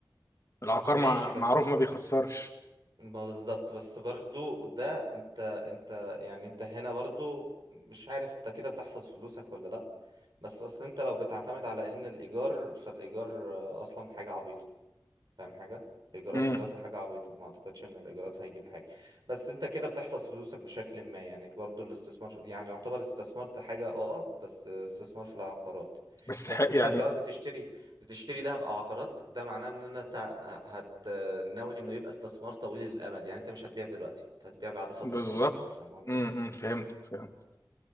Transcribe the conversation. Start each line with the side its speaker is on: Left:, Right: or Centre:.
Left: العقار
Right: ماشي
Left: مع...
Right: بس
Left: معروف ما بيخسرش
Right: ما بالظبط بس برضو ده انت انت يعني انت هنا برضو مش عارف انت كده بتحفظ فلوسك ولا لا بس اصل انت لو بتعتمد على ان الايجار فالايجار آه، اصلا حاجة عبيطة فاهم حاجة؟ الإيجارات
Left: امم
Right: دلوقتي حاجة عبيطة ما أعتقدش إن الإيجارات هيجيب حاجة بس أنت كده بتحفظ فلوسك بشكل ما يعني برضو الاستثمار يعني يعتبر استثمرت حاجة أه بس استثمار في العقارات
Left: بس
Right: بس
Left: ح...
Right: أنت
Left: يعني
Right: سواء بتشتري بتشتري دهب أو عقارات ده معناه إن أنا تع- هت ناوي إنه يبقى استثمار طويل الأمد يعني أنت مش هتبيع دلوقتي أنت هتبيع بعد فترة
Left: بالظبط
Right: طويلة فاهم قصدي؟
Left: امم فهمت فهمت